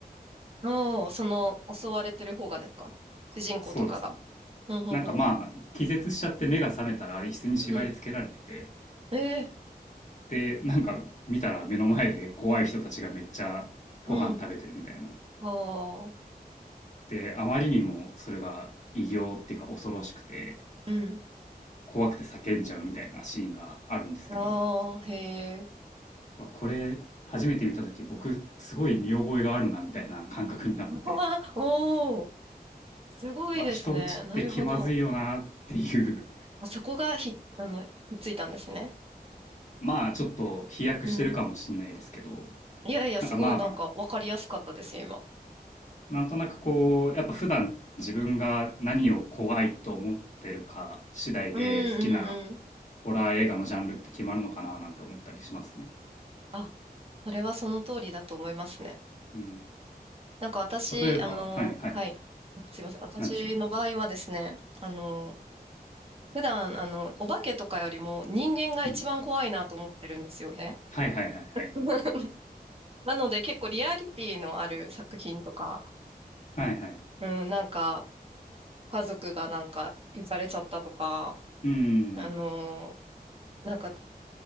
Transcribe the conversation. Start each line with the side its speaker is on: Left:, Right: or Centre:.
Right: おー、その、襲われてる方がですか主人公とかが。
Left: そうですね。
Right: うん、ほうほ
Left: なんかまあ、気絶しちゃって目が覚めたら椅子に縛り付けられてて、
Right: う。うん。ええ、
Left: で、なんか見たら目の前で怖い人たちがめっちゃご飯食べてるみたいな。
Right: うん。ああ、
Left: で、あまりにもそれが異形っていうか恐ろしくて、
Right: うん。
Left: 怖くて叫んじゃうみたいなシーンがあるんですけど、
Right: ああ、へえ。
Left: わこれ初めて見た時僕すごい見覚えがあるなみたいな感覚になって、
Right: <laughs> うわおお、すごいですね。
Left: わ、人んちって気まずいよなっていう、
Right: なるほど。あ、そこがひ、あの、ひっついたんですね。
Left: まあちょっと飛躍してるかもしれないですけど、
Right: うん。いやいや、
Left: なんかまあ
Right: すごい、なんか、わかりやすかったです今。
Left: なんとなくこう、やっぱ普段自分が何を怖いと思ってるか次第で好きな
Right: うんうんうん。
Left: ホラー映画のジャンルって決まるのかななんて思ったりしますね。
Right: あ、それはその通りだと思いますね。
Left: うん。
Right: なんか私、
Left: 例えば、
Right: あの、
Left: はいはい。
Right: はい。あすいません。私の場合はですね、
Left: なんでしょ
Right: あの、普段、あの、お化けとかよりも人間が一番怖いなと思ってるんですよね。
Left: う。うん。はいはいはいはい。
Right: <laughs> なので結構リアリティのある作品とか、
Left: はいはい。
Right: うん、なんか、家族がなんか、行かれちゃったとか、
Left: うん。
Right: あのーなんか、